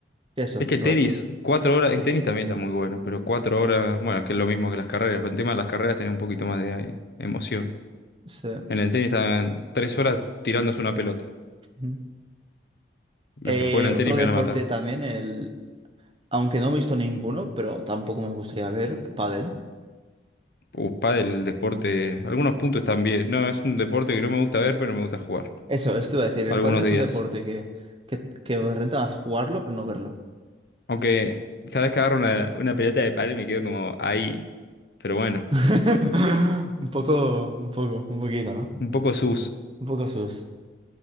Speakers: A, on the right; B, on the left.
A: eso,
B: Es que
A: te
B: tenis,
A: voy a decir.
B: cuatro horas, es que tenis también está muy bueno, pero cuatro horas, bueno, es que es lo mismo que las carreras, pero el tema de las carreras tiene un poquito más de eh, emoción.
A: Sí.
B: En el tenis están tres horas tirándose una pelota.
A: Ujú.
B: Los
A: Eh,
B: que juegan al
A: otro
B: tenis me
A: deporte
B: van a matar.
A: también, el... Aunque no he visto ninguno, pero tampoco me gustaría ver, pádel.
B: Uh, pádel, deporte. Algunos puntos también. No, es un deporte que no me gusta ver, pero me gusta jugar.
A: Eso, eso te iba a decir. El
B: Algunos
A: pádel es
B: días.
A: un deporte que, que, que renta más jugarlo, pero no verlo.
B: Aunque cada vez que agarro una, una pelota de pádel me quedo como ahí. Pero bueno,
A: <laughs> Un poco, un poco, un poquito, ¿no?
B: un poco sus.
A: Un poco sus.